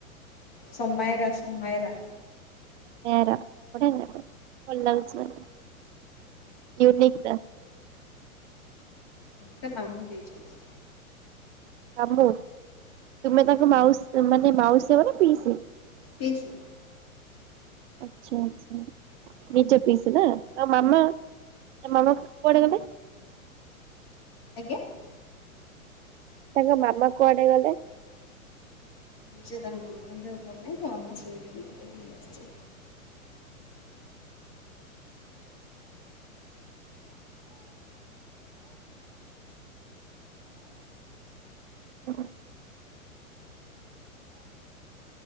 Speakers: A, on the left (about 45°); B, on the right (about 55°).
A: ସମଇରା ସମଇରା।
B: ସମଇରା ବଢିଆ ନାଟା ଭଲ ଲାଗୁଛି ନାଟା। ୟୁନିକ୍ ଟା।
A: ତା ମାମୁଁ ଦେଇଛନ୍ତି।
B: ମାମୁଁ ତୁମେ ତାଙ୍କ ମାଉସୀ ମାନେ ମାଉସୀ ହେବ ନା ପିଇସି?
A: ପିଇସି।
B: ଆଚ୍ଛା, ଆଚ୍ଛା ନିଜ ପିଇସି ନା। ଆଉ ମାମା ତା ମାମା କୁଆଡେ ଗଲେ?
A: ଆଜ୍ଞା।
B: ତାଙ୍କ ମାମା କୁଆଡେ ଗଲେ?
A: ଯେ ତାଙ୍କ ମାମାଙ୍କ ଦେହ ଭଲ ନାହିଁ ତ। ମୁଁ ସେଇ ଯୋଗରୁ ତାକୁ ନେଇଆସିଚି।
B: ଓହୋ!